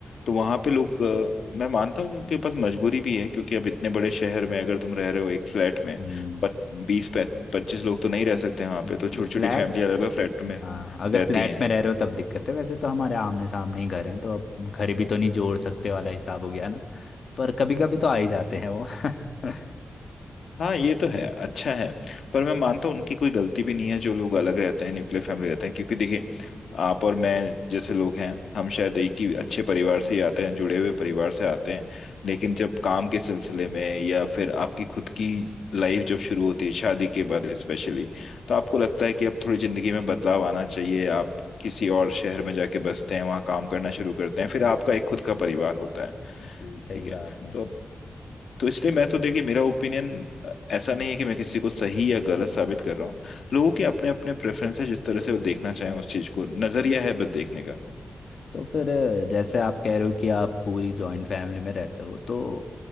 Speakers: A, on the left; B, on the left.
A: तो वहां पे लोग अ, मैं मानता हूँ कि उनके पास मजबूरी भी है क्योंकि अब इतने बड़े शहर में अगर तुम रह रहे हो एक फ्लैट में
B: हम्म
A: बीस पच्चीस लोग तो नहीं रह सकते वहां
B: हम्म,
A: पे तो छोटी छोटी
B: फ्लैट
A: फैमिली अलग अलग फ्लैट में
B: हाँ अगर
A: रहती
B: फ्लैट
A: हैं
B: में रह रहे हो तब दिक्कत है वैसे तो हमारे आमने सामने ही घर हैं तो अब घर भी तो नहीं जोड़ सकते वाला हिसाब हो गया ना पर कभी कभी तो आ ही जाते हैं वो <laughs> हम्म,
A: हाँ ये तो है अच्छा है पर मैं मानता हूँ उनकी कोई गलती भी नहीं है जो लोग अलग रहते हैं न्यूक्लियर फैमिली रहते हैं क्योंकि देखिए आप और मैं जैसे लोग हैं हम शायद एक ही अच्छे परिवार से ही आते हैं जुड़े हुए परिवार से आते हैं लेकिन जब काम के सिलसिले में या फिर आपकी खुद की लाइफ जब शुरू होती है शादी के बाद स्पेशली तो आपको लगता है कि अब थोड़ी जिंदगी में बदलाव आना चाहिए आप किसी और शहर में जाके बसते हैं वहाँ काम करना शुरू करते हैं फिर आपका एक खुद का परिवार होता है
B: जी, सही
A: ठीक है
B: कहा आपने
A: तो तो इसलिए मैं तो देखिए मेरा ओपिनियन ऐसा नहीं है कि मैं किसी को सही या गलत साबित कर रहा हूँ लोगों के अपने अपने प्रेफरेंस है जिस तरह से वो देखना चाहें उस चीज को नजरिया है बस देखने का
B: तो फिर अ, जैसे आप कह रहे हो कि आप पूरी जॉइंट फैमिली में रहते हो तो